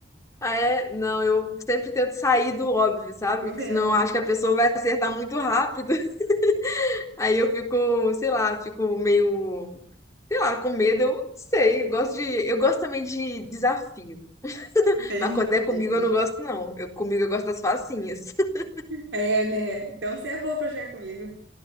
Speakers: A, on the left; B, on the right.
A: Ah, é? Não, eu sempre tento sair do óbvio, sabe?
B: Eu tô vendo.
A: Que senão eu acho que a pessoa vai acertar muito rápido. <laughs> Aí eu fico, sei lá, fico meio, sei lá, com medo, eu não sei. Eu gosto de, eu gosto também de desafio.
B: Entendi,
A: Mas quando
B: entendi.
A: é comigo eu não gosto, não. Eu, comigo eu gosto das facinhas. <laughs>
B: É, né? Então você é boa pra jogar comigo.